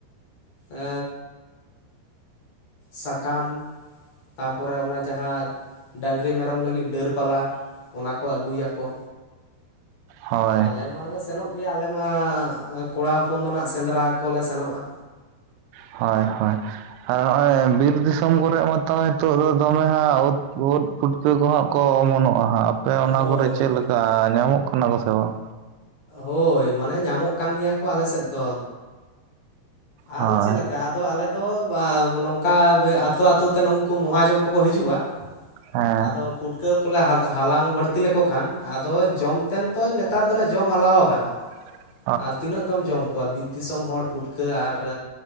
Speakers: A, on the left; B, on the right.
A: ᱮ ᱥᱟᱠᱟᱢ ᱛᱟᱯᱚᱨᱮ ᱚᱱᱟ ᱡᱟᱦᱟᱸ ᱰᱟᱝᱨᱤ ᱢᱮᱨᱚᱢ ᱞᱟᱹᱜᱤᱫ ᱰᱟᱹᱨ ᱯᱟᱞᱟ ᱚᱱᱟ ᱠᱚ ᱟᱹᱜᱩᱭᱟᱠᱚ᱾
B: ᱦᱳᱭ
A: ᱟᱨ ᱟᱞᱮ ᱢᱟᱞᱮ ᱥᱮᱱᱚᱜ ᱜᱮᱭᱟ ᱟᱞᱮᱢᱟ ᱠᱚᱲᱟ ᱦᱚᱯᱚᱱ ᱫᱚ ᱱᱟᱦᱟᱜ ᱥᱮᱸᱫᱽᱨᱟ ᱠᱚᱞᱮ ᱥᱮᱱᱚᱜᱼᱟ᱾
B: ᱦᱳᱭ ᱦᱳᱭ ᱟᱨ ᱱᱚᱜᱼᱚᱭ ᱵᱤᱨ ᱫᱤᱥᱚᱢ ᱠᱚᱨᱮ ᱢᱟᱛᱚ ᱱᱤᱛᱚᱜ ᱫᱚ ᱫᱚᱢᱮ ᱦᱟᱸᱜ ᱩᱫ ᱩᱫ ᱯᱩᱴᱠᱟᱹ ᱠᱚ ᱦᱟᱸᱜ ᱠᱚ ᱚᱢᱚᱱᱚᱜᱼᱟ ᱦᱟᱸᱜ ᱟᱯᱮ ᱚᱱᱟ
A: ᱦᱳᱭ
B: ᱠᱚᱨᱮ
A: ᱦᱳᱭ
B: ᱪᱮᱫ ᱞᱮᱠᱟ ᱧᱟᱢᱚᱜ ᱠᱟᱱᱟ ᱠᱚ ᱥᱮ ᱵᱟᱝ?
A: ᱦᱳᱭ ᱢᱟᱱᱮ ᱧᱟᱢᱚᱜ ᱠᱟᱱ ᱜᱮᱭᱟ ᱠᱚ ᱟᱞᱮ ᱥᱮᱫ ᱫᱚ ᱟᱫᱚ
B: ᱦᱳᱭ
A: ᱪᱮᱫ ᱞᱮᱠᱟ ᱟᱫᱚ ᱟᱞᱮ ᱫᱚ ᱱᱚᱝᱠᱟ ᱟᱛᱳ ᱟᱛᱳ ᱛᱮ ᱩᱱᱠᱩ ᱢᱚᱦᱟᱡᱚᱱ ᱠᱚᱠᱚ ᱦᱤᱡᱩᱜᱼᱟ᱾
B: ᱦᱮᱸ
A: ᱟᱫᱚ ᱯᱩᱴᱠᱟᱹ ᱠᱚᱞᱮ ᱦᱟᱞᱟᱝ ᱵᱟᱹᱲᱛᱤ ᱞᱮᱠᱚ ᱠᱷᱟᱱ ᱟᱫᱚ ᱡᱚᱢ ᱛᱮᱱ ᱛᱚ ᱱᱮᱛᱟᱨ ᱫᱚᱞᱮ ᱡᱚᱢ ᱟᱞᱟᱣ ᱠᱟᱱᱟ᱾
B: <inaudible>
A: ᱟᱨ ᱛᱤᱱᱟᱹᱜ ᱫᱚᱢ ᱡᱚᱢ ᱠᱚᱣᱟ ᱵᱤᱫ ᱫᱤᱥᱚᱢ ᱦᱚᱲ ᱯᱩᱴᱠᱟᱹ ᱟᱨ